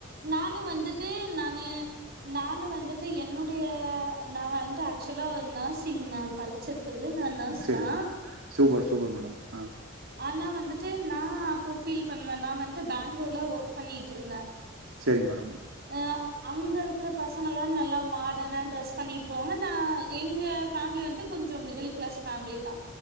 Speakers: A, on the right; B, on the right.
A: நானும் வந்துட்டு நானு நானு வந்துட் டு என்னுடைய நா வந்து ஆக்சுவலா நர்சிங் நா படிச்சிருக் கிறது நா நர்ஸ்
B: சரிங்க
A: தா
B: சூப்பர் சூப்பர் மேடம் ஆ
A: ஆனா வந்துட்டு நா அப்போ ஃபீல் பண்வே நா வந்ட்டு பேங்ளூர்ல ஒர்க் பண்ணிட்ருந்தே
B: செரிங் மேடம்
A: ஆ அங்க இருக்கிற பசங்கல்லா நல்லா மாடனா ட்ரஸ் பண்ணிட் போவாங்க நா எங்க ஃபேமிலி வந்துட்டு கொஞ்சோ மிடில் கிளாஸ் ஃபேமிலிதா